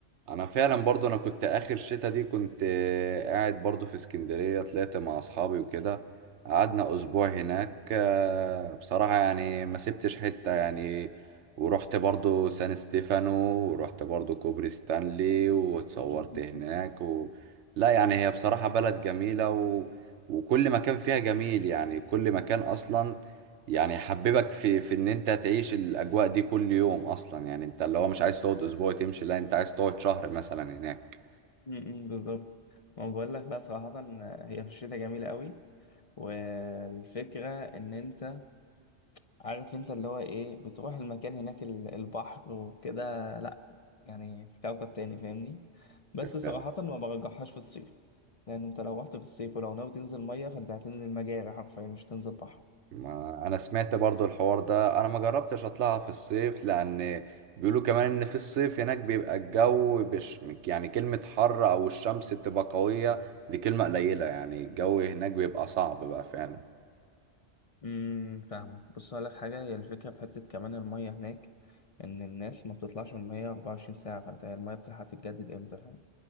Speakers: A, on the right; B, on the left.
A: انا فعلا برضو انا كنت اخر شتا دي كنت آه، قاعد برضو في اسكندرية طلعت مع اصحابي وكده قعدنا اسبوع هناك آه، بصراحة يعني ما سبتش حتة يعني ورحت برضو سان ستيفانو ورحت برضو كوبري ستانلي واتصورت
B: م-
A: هناك و... لا يعني هي بصراحة بلد جميلة و... وكل مكان فيها جميل يعني كل مكان اصلا يعني حببك في في ان انت تعيش الاجواء دي كل يوم اصلا يعني انت اللي هو مش عايز تقعد اسبوع تمشي لا انت عايز تقعد شهر مثلا هناك
B: م- م- بالظبط ما بقول لك لا صراحة هي في الشتاء جميلة قوي والفكرة ان انت عارف انت اللي هو ايه بتروح المكان هناك ال- البحر وكده لا يعني في كوكب تاني فاهمني بس صراحة
A: فعلا
B: ما برجحهاش في الصيف لأن أنت لو رحت في الصيف ولو ناوي تنزل مية فأنت هتنزل مجاري حرفيا مش هتنزل بحر
A: ما انا سمعت برضو الحوار ده انا ما جربتش اطلعها في الصيف لان بيقولوا كمان ان في الصيف هناك بيبقى الجو بش يعني كلمة حر او الشمس بتبقى قوية دي كلمة قليلة يعني الجو هناك بيبقى صعب بقى فعلا
B: امم فاهمك بص هقول لك حاجة هي الفكرة في حتة كمان المية هناك إن الناس ما بتطلعش من المية 24 ساعة فأنت هي المية بتلحق تتجدد إمتى فاهم